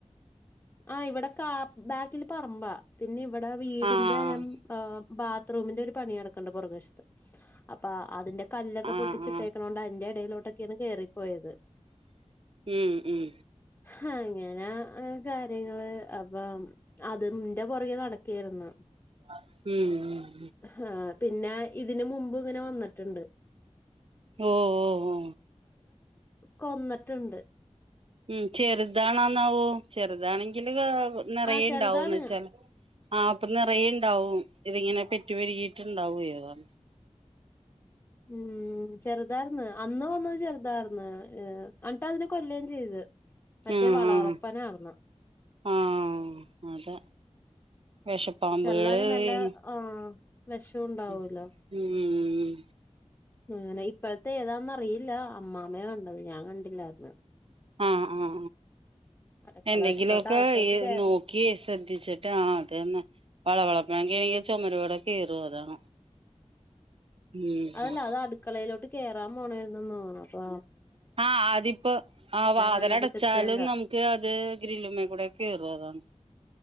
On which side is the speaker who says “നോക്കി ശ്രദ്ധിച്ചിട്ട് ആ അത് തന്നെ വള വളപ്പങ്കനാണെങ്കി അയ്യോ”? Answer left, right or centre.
Right